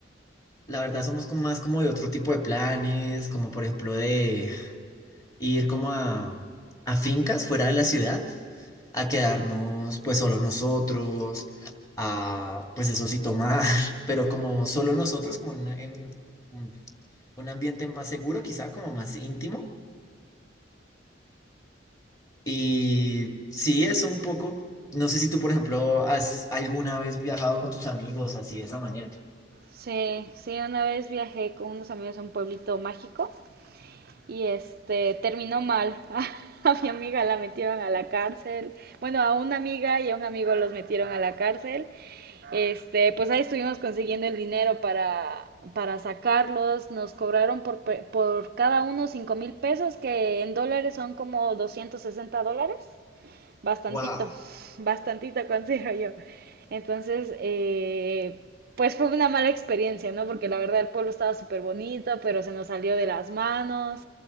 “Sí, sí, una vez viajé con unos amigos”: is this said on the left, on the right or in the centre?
Right